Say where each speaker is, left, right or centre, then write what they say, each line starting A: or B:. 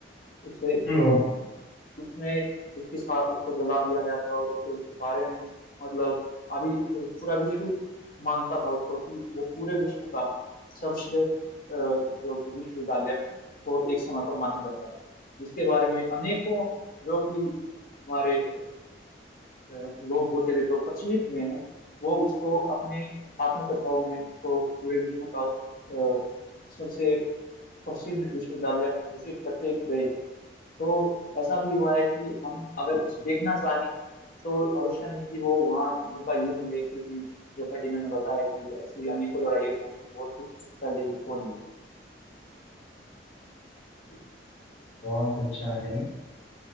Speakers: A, on the left (about 50°); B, on the left (about 80°).
A: उससे अ,
B: हम्म
A: उसमें उसके साथ उसको जला दिया गया था और उसके बारे में मतलब अभी अ, पूरा विश्व मानता था उसको कि वो पूरे विश्व का सर्वश्रेष्ठ अ, जो कि विश्वविद्यालय को एक समय पर माना जाता था जिसके बारे में अनेकों जो कि हमारे अ, लोग होते थे जो प्रचलित हुए हैं वो उसको अपने आत्मकथाओं में उसको पूरे विश्व का अ, सबसे प्रसिद्ध विश्वविद्यालय घोषित करते गए हैं। तो ऐसा भी हुआ है कि हम अगर कुछ देखना चाहें तो अवश्य नहीं कि वो वहाँ यूं का यूं मिले क्योंकि जैसा कि मैंने बताया कि ऐसी अनेकों लड़ाइयों में हमने बहुत कुछ पहले ही खो दिया जी
B: बहुत अच्छा है